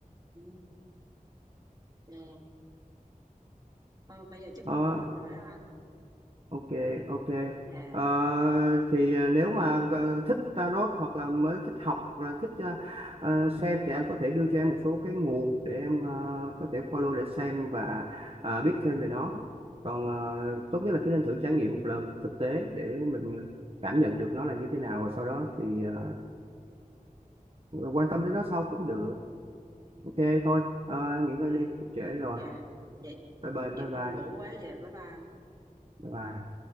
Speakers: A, on the right; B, on the right.
A: ừ. dạ. Ờ, bây giờ chắc
B: Ờ,
A: cũng muộn rồi đó anh
B: ok ok
A: dạ
B: Ờ, thì à, nếu mà ờ, thích tarot hoặc là mới thích học hoặc là thích à, ờ, xem thì anh có thể đưa cho em một số cái nguồn để em ờ, có thể follow để xem và à, biết thêm về nó còn ờ, tốt nhất là cứ nên thử trải nghiệm một lần thực tế để mình cảm nhận được nó là như thế nào và sau đó thì ờ, quan tâm đến nó sau cũng được
A: ừ,
B: ok thôi Ờ,
A: ok
B: nghỉ ngơi đi cũng trễ rồi
A: dạ dạ
B: bye bye bye
A: em cũng
B: bye
A: buồn ngủ quá dạ bye bye
B: bye